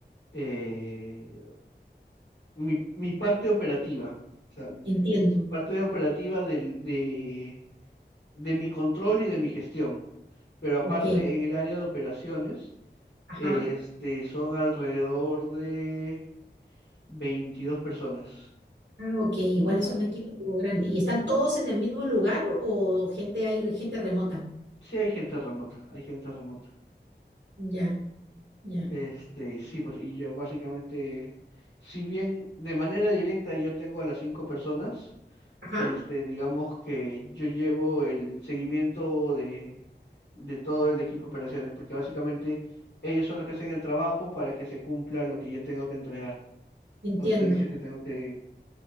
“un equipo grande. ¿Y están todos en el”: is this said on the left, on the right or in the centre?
Right